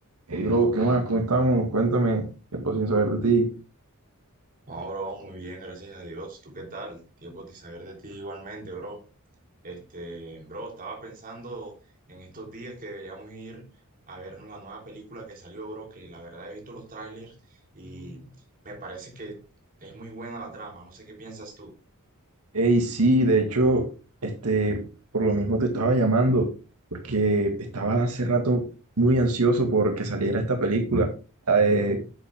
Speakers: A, on the right (about 85°); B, on the right (about 40°).
A: Hey, bro, ¿qué más? ¿Cómo estamos? Cuéntame, tiempo sin saber de ti.
B: No, bro, muy bien, gracias a Dios. ¿Tú qué tal? Tiempo de saber de ti igualmente, bro. Este, bro, estaba pensando en estos días que deberíamos ir a ver la nueva película que salió, bro, que la verdad he visto los trailers y me parece que es muy buena la trama. No sé qué piensas tú.
A: Hey, sí, de hecho, este, por lo mismo te estaba llamando, porque estaba hace rato muy ansioso porque saliera esta película, la de,